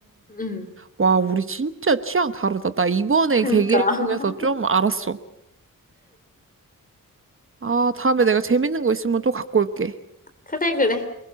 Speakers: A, on the left; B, on the right.
A: 응.
B: 와, 우리 진짜 취향 다르다. 나 이번에
A: 그니까.
B: 계기를 통해서
A: <laughs>
B: 좀 알았어. 아, 다음에 내가 재밌는 거 있으면 또 갖고 올게.
A: 그래, 그래.